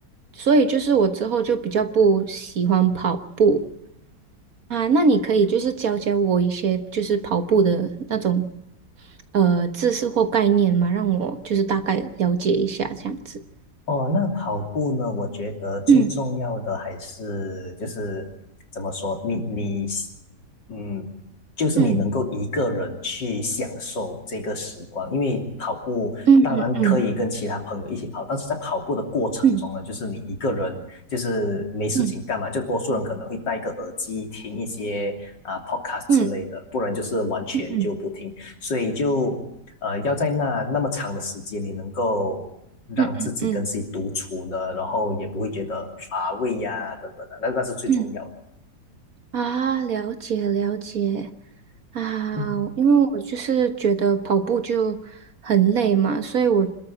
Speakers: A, on the right (about 55°); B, on the left (about 70°).
A: 所以就是我之后就比较不喜欢跑步啊。那你可以就是教教我一些就是跑步的那种，呃，知识或概念嘛，让我就是大概了解一下这样子。
B: 哦，那跑步呢？我觉得最重要的还是就是怎么说，
A: 嗯
B: 你你嗯，就是你能够一个人去享受这个时光，
A: 嗯
B: 因为跑步当然可以跟其他朋友一起跑，
A: 嗯嗯嗯
B: 但是在跑步的过程中呢，
A: 嗯
B: 就是你一个人就是没事情干嘛，
A: 嗯
B: 就多数人可能会戴个耳机听一些啊 podcast
A: 嗯
B: 之类的，不然就是完全就不听。
A: 嗯嗯
B: 所以就呃，要在那那么长的时间，你能够让自己跟自己独处的，
A: 嗯嗯嗯嗯。嗯嗯
B: 然后也不会觉得乏味呀、等等的，那那是最重要的。
A: 嗯啊，了解了解啊，
B: 嗯
A: 因为我就是觉得跑步就很累嘛，所以我